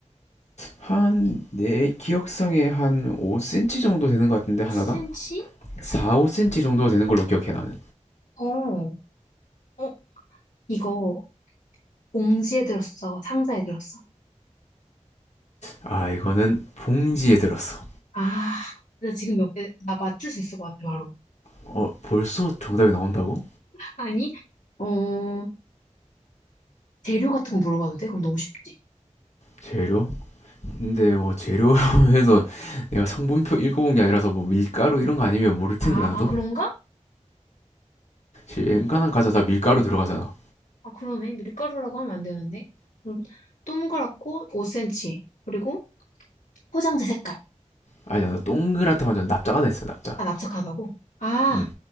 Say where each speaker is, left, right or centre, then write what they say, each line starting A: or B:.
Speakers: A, on the left; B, on the left.
A: 한 내 기억상에 한 5cm 정도 되는 것 같은데
B: 5cm?
A: 하나당? 4, 5cm 정도 되는 걸로 기억해 나는.
B: 어, 어, 이거 봉지에 들었어? 상자에 들었어?
A: 아, 이거는 봉지에 들었어.
B: 아, 나 지금 몇 개, 나 맞출 수 있을 것 같아, 바로.
A: 어, 벌써 정답이 나온다고?
B: 아니, 어, 재료 같은 거 물어봐도 돼? 그럼 너무 쉽지.
A: 재료? 근데 뭐 재료 <laughs> 해도 내가 성분표 읽어본 게 아니라서 뭐 밀가루 이런 거 아니면 모를 텐데
B: 아,
A: 나도.
B: 아, 그런가?
A: 웬간한
B: 아, 그래?
A: 과자 다 밀가루 들어가잖아.
B: 아, 그러네. 밀가루라고 하면 안 되는데. 음, 동그랗고 5cm. 그리고 포장재 색깔.
A: 아니 나 동그랗다 완전 납작 하나 있어 납작
B: 아, 납작하다고? 아,
A: 음